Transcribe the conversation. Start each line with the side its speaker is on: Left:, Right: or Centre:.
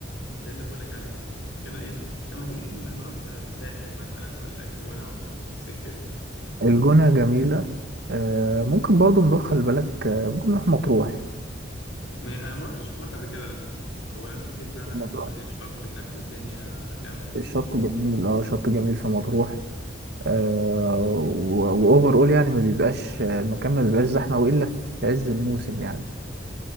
Left: ده اللي بقولك عليه عشان كده ايه لما تيجي نروح ساحل مثلا ولا الجونة ولا السكة دي
Right: الجونة جميلة آه ممكن برضه نروح خلي بالك آه ممكن نروح مطروح
Left: ما انا ما رحتش مطروح قبل كده على فكرة وناس كتير فعلا
Right: مطروح
Left: بتقول لي الشط هناك والدنيا جامدة
Right: الشط جميل اه شط جميل في مطروح واوفر اول يعني ما بيبقاش المكان ما بيبقاش زحمه والا في عز الموسم يعني